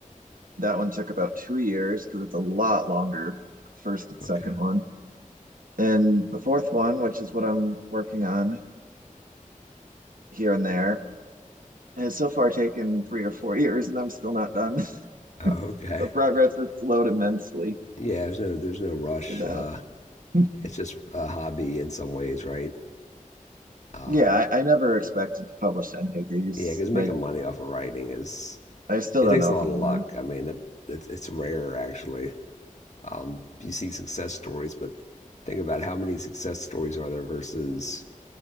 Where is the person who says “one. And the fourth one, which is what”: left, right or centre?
Right